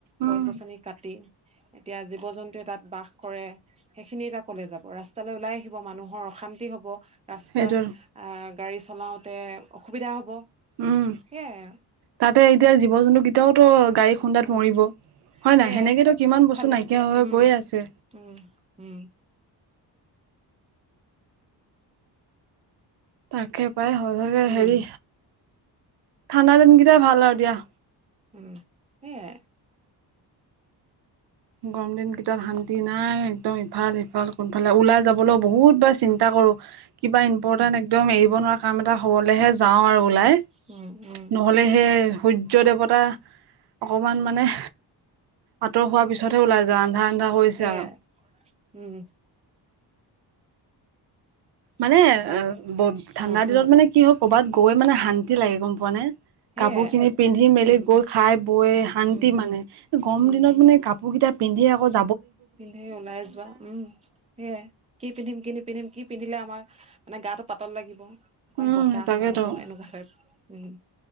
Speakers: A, on the right; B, on the right.
A: গছ-
B: উম
A: গছনি কাটি এতিয়া জীৱ জন্তু তাত বাস কৰে সেইখিনি এতিয়া কলে যাব ৰাস্তালৈ ওলাই আহিব মানুহৰ অশান্তি হব। ৰাস্তাত
B: সেইটোৱে
A: আ গাড়ী চলাওতে অসুবিধা হ'ব
B: উম,
A: সেয়াই
B: তাতে এতিয়া জীৱ জন্তুকেইটাওতো গাড়ী খুন্দাত
A: উম
B: মৰিব। হয়
A: সেয়াই
B: নাই? সেনেকেতো কিমান
A: চব
B: বস্তু
A: ফালে
B: নাইকিয়া হৈ
A: উম
B: গৈ আছে।
A: উম উম
B: তাকে পাই সচাগে
A: উম
B: হেৰি, ঠাণ্ডা দিনকেইটাই ভাল আৰু দিয়া।
A: উম সেইয়াই।
B: গৰম দিন কেইটাত শান্তি নাই, একদম ইফাল-সিফাল কোনফালে ওলাই যাবলৈও বহুত বাৰ চিন্তা। কৰো কিবা ইম্পৰ্টেণ্ট
A: উম
B: একদম এৰিব নোৱাৰা কাম এটা হবলেহে যাওঁ আৰু ওলাই
A: উম উম
B: নহলে সেই সূৰ্য দেৱতা অকমান মানে আঁতৰ হোৱাৰ পিছতহে ওলাই যোৱা আন্ধাৰ আন্ধাৰ হৈছে
A: সেয়াই
B: আৰু
A: উম
B: মানে
A: বাক
B: অ ব ঠাণ্ডা
A: অ
B: দিনত মানে কি হয় কৰ'বাত গৈ মানে শান্তি লাগে গম পোৱা নে?
A: সেয়াই
B: কাপোৰ খিনি পিন্ধি মেলি
A: উম
B: গৈ খাই বৈ
A: উম
B: শান্তি
A: উম
B: মানে গৰম
A: উম
B: দিনত মানে কাপোৰ গিটাইপ পিন্ধি আকৌজ
A: পিন্ধি ওলাই যোৱা, উম, সেয়াই, কি পিন্ধিম কিনি পিন্ধিম, কি পিন্ধিলে আমাৰ মানে গাটো পাতল লাগিব, অকণমান
B: উম
A: বতাহ
B: তাকেতো
A: সোমাব এনেকুৱা টাইপ। উম।